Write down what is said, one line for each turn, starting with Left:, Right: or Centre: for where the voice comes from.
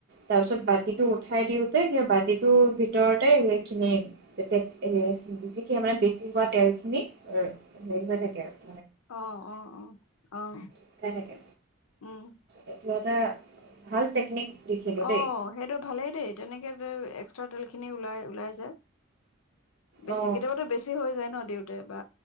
Right: তাৰ পিছত বাতিটো উঠাই দিওতে সেই বাতিটোৰ ভিতৰতে সেইখিনি তে এ যিখিন মানে বেছি হোৱা তেল খিনি হেৰি হৈ থাকে আৰু
Left: অ' অ' অ' অ'
Right: শুকাই থাকে
Left: উম!
Right: এইটো ভাল ল টেকনিক, দেখিলো দেই
Left: অ' সেইটো ভালেই দেই তেনেকে, এক্সট্ৰা তেলখিনি ওলাই ওলাই যায়, বেছি
Right: অ
Left: কেতিয়াবাতো বেছি হৈ যায় ন দিওঁতে বা